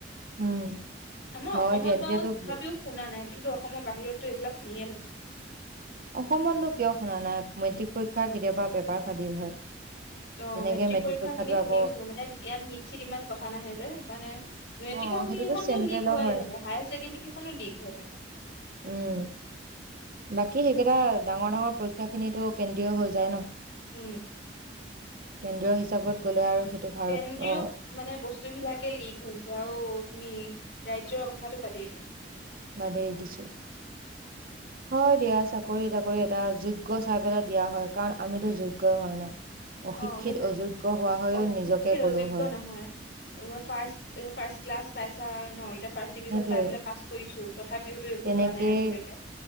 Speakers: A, on the right (about 55°); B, on the left (about 70°).
A: উম
B: আমাৰ
A: হয়
B: অসমত
A: দিয়া তেতিয়াতো
B: বাওঁ তথাপিও শুনা নাই। কিন্তু অসমৰ বাহিৰতটো এইবিলাক শুনিয়ে থাকো।
A: অসমতনো কিয় শুনা নাই মেট্ৰিক পৰীক্ষা কেতিয়াবা পেপাৰ ফাদিল হয়।
B: অ
A: তেনেকে
B: মেট্ৰিক পৰীক্ষা
A: পৰীক্ষাটো
B: খিনি শুনিছো
A: আকৌ
B: মানে ইয়াত নিট চিত ইমান কথা নাহে যে সেইকাৰণে মেট্ৰিকৰ
A: অ সেইটোতো
B: সেইখনো
A: চেন্ট্ৰেলৰ
B: লীক হৈ
A: হয়
B: থাকে হায়াৰ ছেকেণ্ডৰী খো লিক হৈ থাকে।
A: উম বাকী সেইকেইটা ডাঙৰ ডাঙৰ পৰীক্ষা খিনিতো কেন্দ্ৰ হৈ যায় ন।
B: উম
A: কেন্দ্ৰীয় হিচাপত গ'লে আৰু। সেইটো ভাৰতৰ
B: কেন্দ্ৰীয় মানে বস্তু বিলাকে লিক হৈছে তিয়াও তুমি ৰাজ্যয়ৰ কথাটো বাদেই দিয়া।
A: বাদে দিছো হয় দিয়া চাকৰি তাকৰি এটা যোগ্য চাই পেলাই দিয়া হয় কাৰণ আমিতো যোগ্য হয় ন। অশিক্ষিত
B: অ সেইটোৱে
A: অযোগ্য হোৱা হয়ও
B: অসুশিত
A: নিজকে কলো
B: যোগ্য
A: হয়
B: নহয় ফ ফাৰ্ষ ক্লাছ পাই। নয়টা ফাৰ্ষ্ট ডিভিজন
A: সেইটোয়ে
B: পাই পাছ কৰিছো। তথাপিওতো একো
A: তেনেকেই
B: হোৱা নাই আজিলৈকে